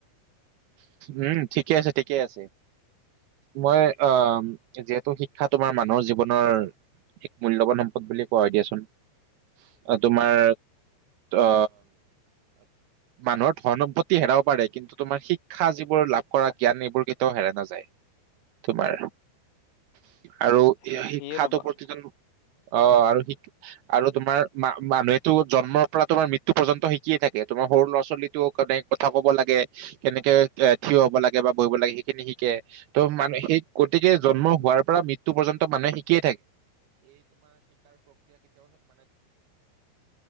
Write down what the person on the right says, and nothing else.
উম ঠিকে আছে ঠিকেই আছে মই আহ যিহেতু শিক্ষা তোমাৰ মানুহৰ জীৱনৰ এক মূল্যৱান সম্পদ বুলি কোৱা দিয়াচোন তোমাৰ আ মানুহৰ ধন সম্পত্তি হেৰাব প কিন্তু তোমাৰ শিক্ষা যিবোৰ লাভ কৰা জ্ঞান এইবোৰ কেতিয়াও হেৰাই নাযায় তোমাৰ আৰু
শিক্ষাটো
প্ৰতিজন লোকে অ আৰু শিক আৰু তোমাৰ মা মানুহেতো জন্মৰ পৰা তোমাৰ মৃত্যু পৰ্যন্ত শিকিয়ে থাকে তোমাৰ সৰু ল'ৰা ছোৱালীতো কেনে কথা কব লাগে কেনেকে থিয় হব লাগে বা বহিব লাগে সেইখিনি শিকে ত' মান সেই গতিকে জন্ম হোৱাৰ পৰা মৃত্্যু পৰ্যন্ত মানুহে শিকি